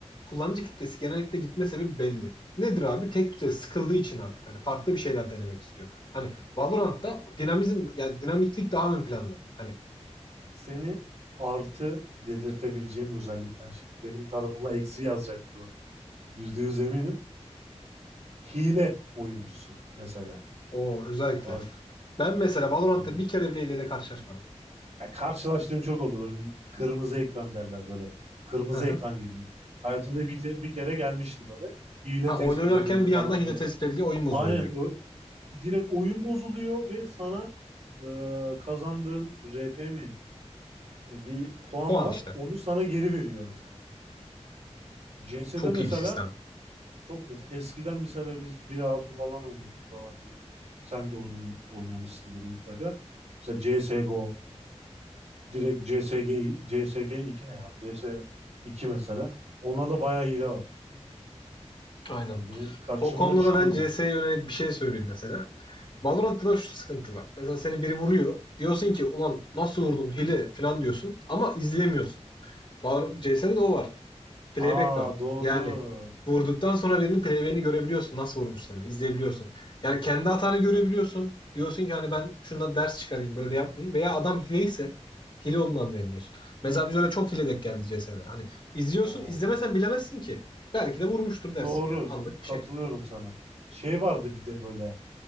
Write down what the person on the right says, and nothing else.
seni artı dedirtebileceğim özellikten şimdi. Benim tarafıma eksi yazacak bu. Yüzde yüz eminim. Hile oyuncusu mesela.
Bak.
Yani,
ya karşılaştığım çok oldu. Benim kırmızı ekran derler böyle. Kırmızı
ekran geliyor. Hayatımda bir, ke- bir kere gelmişti böyle. Hile
tespit
edildi
falan
diye.
Aynen.
ö- direkt oyun bozuluyor ve sana e, kazandığın RP mi e, bir puan
var.
Onu sana geri veriyor mesela. CS'de
mesela
Çok mesela eskiden mesela biz bir altı falan oynuyorduk falan filan. Sen de oynuyor, oynamışsındır mutlaka. Mesela CSGO direkt CSG CSG 2 ne ya? CS iki mesela. Onda da bayağı hile var.
Yani benim karşıma
da çıkıyordu
yani.
Aa
doğru.
Oo,
doğru.
Katılıyorum
sana. Şey vardı bir de böyle.